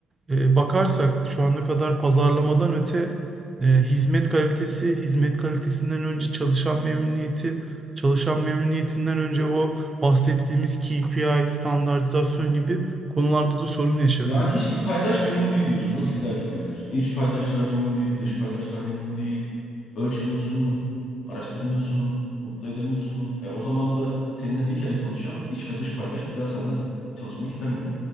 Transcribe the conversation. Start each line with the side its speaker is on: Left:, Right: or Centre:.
Right: e, bakarsak şu ana kadar pazarlamadan öte e, hizmet kalitesi, hizmet kalitesinden önce çalışan memnuniyeti, çalışan memnuniyetinden önce o bahsettiğimiz KPI, standartizasyon gibi konularda da sorun yaşanıyor.
Left: Yani hiçbir paydaş memnun değil diyorsun. Nasıl gider ki böyle diyorsun? İç paydaşlar memnun değil, dış paydaşlar memnun değil. Ölçmüyorsun, araştırmıyorsun, mutlu edemiyorsun. E, o zaman da seninle bir kere tanışan iç ve dış paydaş bir daha seninle çalışmak istemiyor.